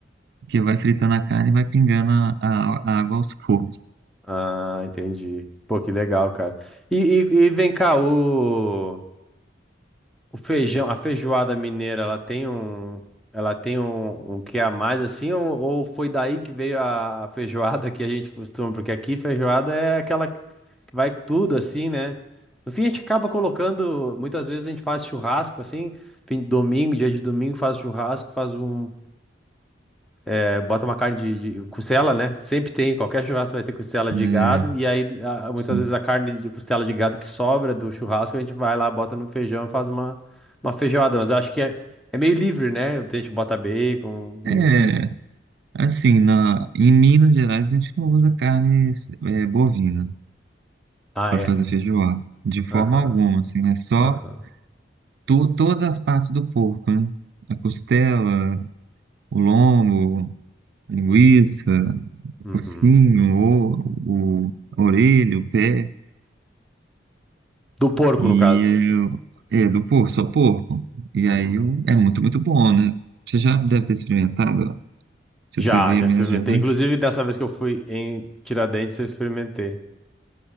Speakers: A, on the right; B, in the centre.
A: Que vai fritando a carne e vai pingando a, a- a água aos poucos.
B: Ah, entendi. Pô, que legal, cara. E, e- e vem cá, o O feijão, a feijoada mineira, ela tem um, ela tem um, um que a mais assim, ou, ou foi daí que veio a, a feijoada que a gente costuma, porque aqui feijoada é aquela que vai tudo assim, né? No fim a gente acaba colocando, muitas vezes a gente faz churrasco assim, fim de domingo, dia de domingo faz churrasco, faz um é, bota uma carne de, de costela, né? Sempre tem, qualquer churrasco vai ter costela de
A: É,
B: gado. E aí, a- muitas
A: sim.
B: vezes, a carne de costela de gado que sobra do churrasco, a gente vai lá, bota no feijão e faz uma, uma feijoada. Mas eu acho que é, é meio livre, né? A gente bota bacon.
A: É,
B: e- e-
A: assim, na, em Minas Gerais a gente não usa carne é, bovina.
B: Ah,
A: para
B: é?
A: fazer feijoada. De forma
B: Aham,
A: alguma, assim, é só
B: aham.
A: tu, todas as partes do porco, né? A costela, o lombo, a linguiça, o
B: uhum.
A: focinho, o, o- a orelha, o pé,
B: Do porco,
A: e
B: no caso.
A: é, é do porco, só porco. E
B: Uhum.
A: aí o- é muito, muito bom, né? Você já deve ter experimentado, ó, se
B: Já,
A: você veio
B: já
A: em
B: experimentei.
A: Minas Gerais.
B: Inclusive, dessa vez que eu fui em Tiradentes, eu experimentei.